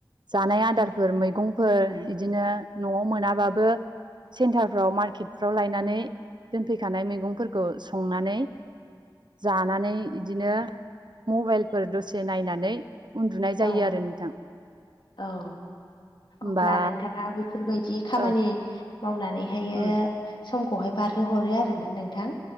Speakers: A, on the right (about 60°); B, on the left (about 70°).
A: जानाय आदारफोर मैगं फोर इदिनो न'आव मोनाबाबो सेन्टारफ्राव मार्केटफ्राव लायनानै दोनफैखानाय मैगंफोरखौ संनानै जानानै इदिनो मबाइलफोर दसे नायनानै उन्दुनाय जायो
B: औ
A: आरो नोंथां।
B: औ
A: होमबा
B: अब्ला नोंथाङा बेफोरबायदि खामानि
A: औ
B: मावनानै <unintelligible>
A: उम
B: समखौहाय बारहो हरो आरोना नोंथां?